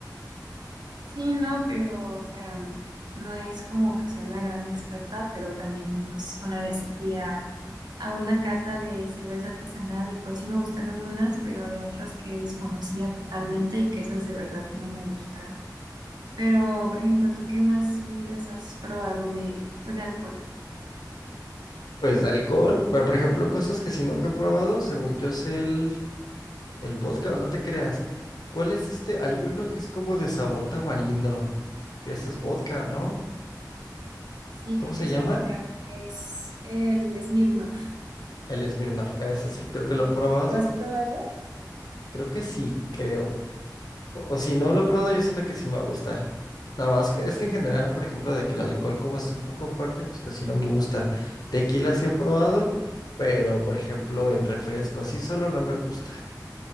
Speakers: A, on the right (about 80°); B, on the left (about 65°).
A: Sí, no, pero, o sea, no es como que soy la gran experta, pero también, pues, una vez sí fui a, a una cata de cerveza artesanal y pues sí me gustaron unas, pero había otras que desconocía totalmente y que esas de verdad no me gustaron. Pero, por ejemplo, ¿tú qué más bebidas has probado de, pues, de alcohol?
B: Pues de alcohol, bueno, por ejemplo, cosas que si nunca he probado, según yo sé el, El vodka, no te creas. ¿Cuál es este? Hay uno que es como de sabor tamarindo. Que ese es vodka, ¿no?
A: Sí,
B: ¿Cómo
A: creo que
B: se
A: es
B: llama?
A: vodka, es el Smirnoff.
B: El Smirnoff. Ese sí, creo que lo he probado.
A: ¿Lo has probado?
B: Creo que sí, creo. O, o si no lo he probado, yo siento que sí me va a gustar. Nada más que es que en general, por ejemplo, de que el alcohol como es un poco fuerte, pues casi no me gusta. Tequila sí he probado, pero por ejemplo en refresco, así solo no me gusta.